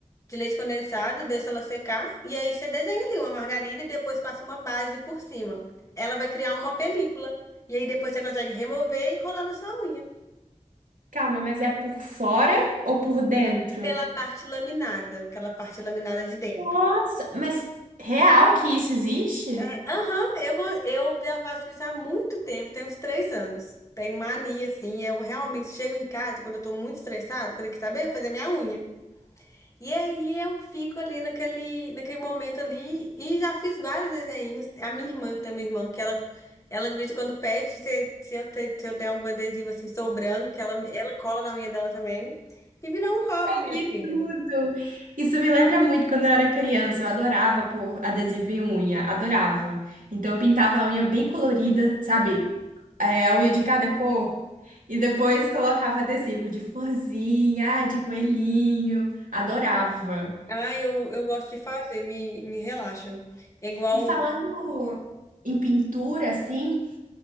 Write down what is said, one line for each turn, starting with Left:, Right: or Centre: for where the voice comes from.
Left: de leite condensado, deixa ela secar, e aí você desenha ali uma margarida e depois passa uma base por cima. Ela vai criar uma película, e aí depois você consegue remover e colar na sua unha.
Right: calma, mas é por fora ou por dentro?
Left: Pela parte laminada, aquela parte laminada de dentro.
Right: Nossa, mas real que isso existe?
Left: É, aham, eu, go- eu já faço isso há muito tempo, tem uns três anos. Tenho mania, assim, eu realmente chego em casa quando eu tô muito estressada, falei que saber, eu vou fazer minha unha. E aí eu fico ali naquele, naquele momento ali e já fiz vários desenhos. A minha irmã, eu tenho uma irmã que ela, ela de vez em quando pede se, se, eu, te- se eu tenho algum adesivo assim sobrando, que ela, ela cola na unha dela também. E virou um hobby, minha
Right: Que
Left: filha.
Right: tudo! Isso me lembra muito quando eu era criança. Eu adorava pôr adesivo em unha, adorava. Então eu pintava a unha bem colorida, sabe? É, a unha de cada cor. E depois colocava adesivo de florzinha, ah, de coelhinho. Adorava.
Left: Ah, eu, eu gosto de fazer, me, me relaxa. É igual.
Right: E falando em pintura, assim.